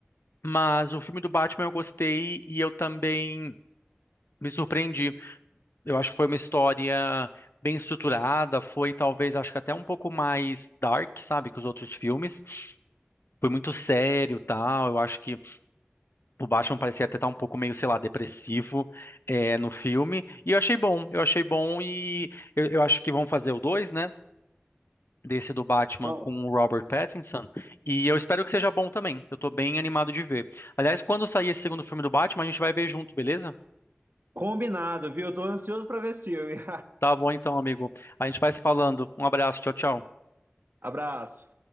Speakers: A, on the left; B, on the right.
A: Mas o filme do Batman eu gostei e eu também me surpreendi. Eu acho que foi uma história bem estruturada, foi talvez, acho que até um pouco mais dark, sabe, que os outros filmes. Foi muito sério, tal. Eu acho que o Batman parecia até estar um pouco meio, sei lá, depressivo é, no filme. E eu achei bom, eu achei bom e eu, eu acho que vão fazer o dois, né? Desse do Batman
B: Bom,
A: com o Robert Pattinson. E eu espero que seja bom também. Eu tô bem animado de ver. Aliás, quando sair esse segundo filme do Batman, a gente vai ver junto, beleza?
B: combinado, viu? Tô ansioso pra ver esse filme. <laughs>
A: Tá bom então, amigo. A gente vai se falando. Um abraço, tchau, tchau.
B: Abraço.